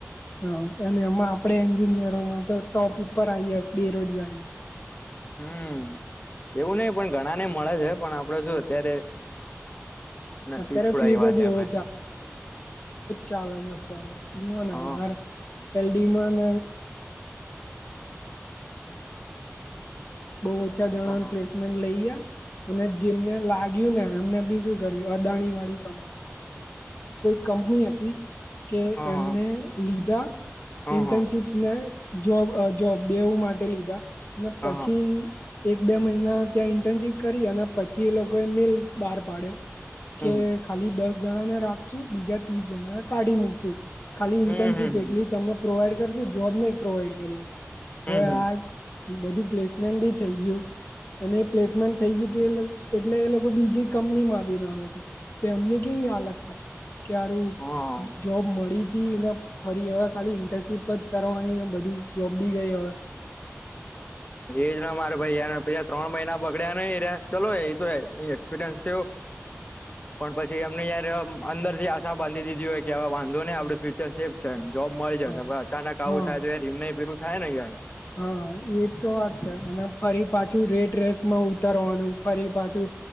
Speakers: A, on the left (about 45°); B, on the left (about 30°).
A: હા અને એમાં આપણે એન્જિનિયરોમાં તો ટોપ ઉપર આવીએ બેરોજગારી
B: હમ એવું નહ પણ ઘણા ને મળે છે પણ આપડે શું અત્યારે નસીબ
A: અત્યારે
B: થોડા
A: ફીઝ
B: એવા
A: જ
B: છે
A: એવો
B: ભાઈ
A: ચાલે <inaudible>
B: હા
A: એલડીમાં બહું ઓછા જણાને
B: હા હા
A: પ્લેસમેન્ટ લઈયા અને જેમને લાગ્યું ને એમને બીજું કર અદાણી વાળી કંપની એટલે કે
B: હા
A: એમને
B: હા
A: લીધા
B: હા
A: ઇન્ટર્નશીપ
B: હા
A: ને જોબ જોબ બેવું માટે લીધા અને
B: હા
A: પછી
B: હા
A: એક બે મહિના ત્યાં ઇન્ટર્નશીપ કરી અને પછી એ લોકોએ મેલ બહાર પાડ્યો
B: હમ
A: કે ખાલી દસ જણા ને રાખશું બીજા ત્રીસ જણાને કાઢી મૂકશું ખાલી
B: હમ
A: ઇન્ટર્નશીપ
B: હમ હમ
A: એલી તમને પ્રોવાઈડ કરશું જોબ નહી પ્રોવાઈડ કરીએ
B: હમ
A: હવે
B: હમ
A: આ બધું પ્લેસમેન્ટ બી થઇ ગયું. અને એ પ્લેસમેન્ટ થઈ ગયું એ એટલે એ લોકો બીજી કંપની માં આવી ના તો એમની કેવી હાલત થાય કે હારું
B: હા
A: જોબ મળી તીને ફરી હવે ખાલી ઇન્ટર્નશીપ જ કરવાની બધું જોબ બી ગઈ હવે <inaudible>
B: એજ ના મારે ભાઈ યાર પ ત્રણ મહિના બગડ્યા નહી ચલોો એ તો એક્સપિરિયન્સ છેું પણ પછી એમને યાર અંદર થી આશા બાંધી દીધી હોય કે વાંધો ને આપડું ફ્યુચર સેફ છે જોબ મળી જશે
A: હા
B: ભ અચાનક આવું
A: હા
B: થાયયાર એમને પેરું થાય ને યાર
A: હા એ તો વાત છે અને ફરી પાછું રેટ રેસ માં ઉતરવાનું ફરી પાછું